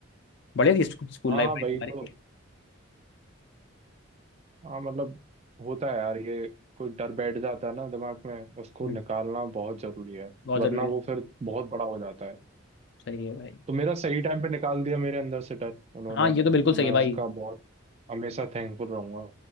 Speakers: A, on the left; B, on the right.
A: बढ़िया थी स्कूल
B: हाँ
A: लाइफ भाई
B: भाई
A: तुम्हारी
B: तो
A: भी।
B: हाँ मतलब होता है यार ये कोई डर बैठ जाता है ना दिमाग में उसको
A: हम्म,
B: निकालना बहुत जरूरी है
A: बहुत
B: वरना
A: जरूरी है
B: वो फिर बहुत बड़ा हो जाता है
A: सही है भाई
B: तो मेरा सही टाइम पे निकाल दिया मेरे अंदर से डर उन्होंने
A: हाँ ये तो बिल्कुल
B: तो
A: सही
B: मैं
A: है भाई
B: उसका बहुत हमेशा थैंकफुल रहूंगा